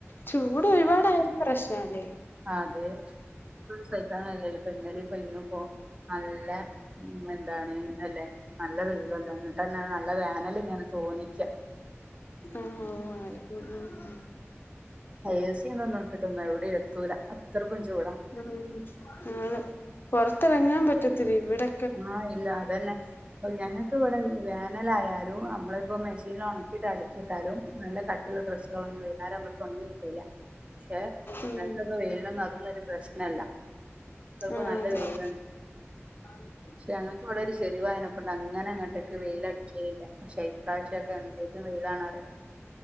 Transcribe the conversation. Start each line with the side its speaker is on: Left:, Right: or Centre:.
Left: ചൂട് ഒരുപാടായാലും പ്രശ്നാല്ലേ?
Right: ആ അതെ ചൂട് സൈക്കാ കയില്ലല്ലോ ഇപ്പൊന്നലെ പ്പൊ ഇന്നും പ്പോ നല്ല ഉം എന്താണ് അല്ലെ നല്ല വെയിലല്ലേ എന്നിട്ട്ന്നെ നല്ല വോനല്ങ്ങനെ തോന്നിക്കാ
Left: ഉം ഉം അങ്ങനൊക്കെ ഉം ഉം.
Right: ഏസി ഒന്ന്ന്നിട്ടിട്ടും എവിടേം എത്തൂല അത്രക്കും ചൂടാ.
Left: ഉം ഉം അതെ പുറത്തിറങ്ങാ പറ്റത്തില്ല ഇവിടെ
Right: ആഹ് ഇല്ല, അതന്നെ പ്പ പിന്നെങ്ങക്ക് ഞ ഇവടെ വേനലായാലും നമ്മള് ഇപ്പോ മെഷീല് ഒണക്കി ട്ടലക്കിട്ടാലും നല്ല കട്ടിള്ള ഡ്രസ്സുകളൊന്നും വൈന്നാരാവുംമ്പക്ക് ഒണങ്ങി കിട്ടൂലാ. പക്ഷെ
Left: ഉം
Right: ഇന്നൽത്തൊക്കെ വെയിൽ നോന്നും അതൊന്നൊരു പ്രശ്നല്ല, ഇത്രക്കും
Left: ആഹ്
Right: നല്ല
Left: അതെ
Right: വെയില്
Left: <inaudible>
Right: ക്ഷെ ഞങ്ങക്കിവടെ ഒരു ചെരുവായനക്കൊണ്ട് അങ്ങനെ അങ്ങോട്ടൊക്കെ വെയില അടിക്കലില്ല പഷേ ഇപ്രാവശ്യംക്കെ എന്ത് ന്ത് വെയിലാണോറിയോ.